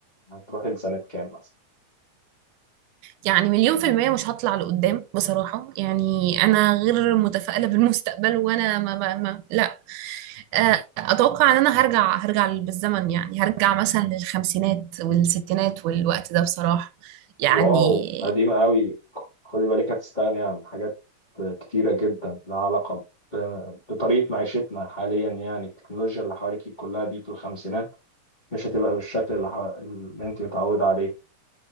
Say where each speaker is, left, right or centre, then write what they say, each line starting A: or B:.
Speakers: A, on the left; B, on the right.
A: هتروحي لسنة كام مثلا
B: يعني مليون في المية مش هطلع لقدام بصراحة يعني أنا غير متفائلة بالمستقبل وأنا ما, ما, ما لا آه، أتوقع إن أنا هرجع هرجع بالزمن يعني هرجع مثلا للخمسينات والستينات والوقت ده بصراحة يعني
A: واو قديمة قوي خدي بالك هتستغني عن حاجات كتيرة جدا لها علاقة ب... بطريقة معيشتنا حاليا يعني التكنولوجيا اللي حواليك كلها دي في الخمسينات مش هتبقى بالشكل اللي, ح... اللي انت متعودة عليه